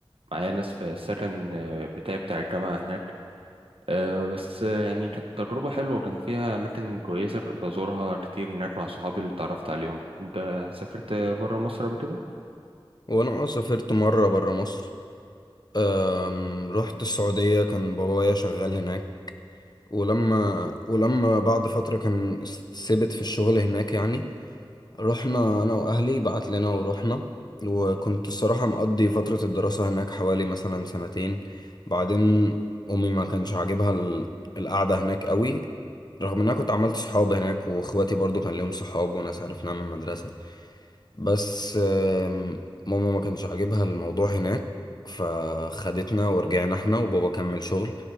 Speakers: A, on the right (about 75°); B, on the left (about 45°).
A: معايا ناس في السكن آه، بتاعي بتاع الجامعة هناك آه، بس آه، يعني كانت تجربة حلوة وكان فيها أماكن كويسة بزورها كتير هناك مع صحابي اللي اتعرفت عليهم أنت سافرت برا مصر قبل كده؟
B: وانا آه سافرت مره بره مصر أم، رحت السعودية كان بابايا شغال هناك ولما ولما بعد فترة كان ثبت في الشغل هناك يعني رحنا أنا وأهلي بعت لنا ورحنا وكنت الصراحة مقضي فترة الدراسة هناك حوالي مثلا سنتين بعدين أمي ما كانش عاجبها ال- القعدة هناك قوي رغم إن أنا كنت عملت صحاب هناك وإخواتي برضو كان ليهم صحاب وناس عرفناها من المدرسة بس آم، ماما ما كانش عاجبها الموضوع هناك فخدتنا ورجعنا احنا وبابا كمل شغل